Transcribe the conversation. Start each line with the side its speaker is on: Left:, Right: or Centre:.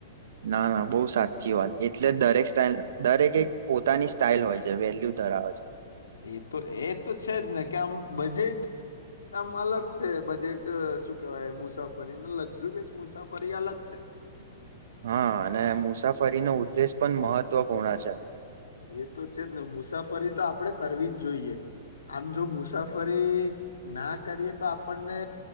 Right: ના ના બહુ સાચી વાત એટલે દરેક સ્ટાઇલ દરેક એક પોતાની સ્ટાઇલ હોય છે. જે વેલ્યુ ધરાવે છે.
Left: એ તો એ તો છે જ ને કે આમ બજેટ આમ અલગ છે બજેટ શું કેવાય મુસાફરીને લક્ઝુરિયસ મુસાફરી અલગ છે.
Right: હા અને મુસાફરીનો ઉદ્દેશ પણ મહત્વપૂર્ણ છે.
Left: એ તો છેને મુસાફરી તો આપડે કરવી જ જોઈએ આમ જો મુસાફરી ના કરીએ તો આપણને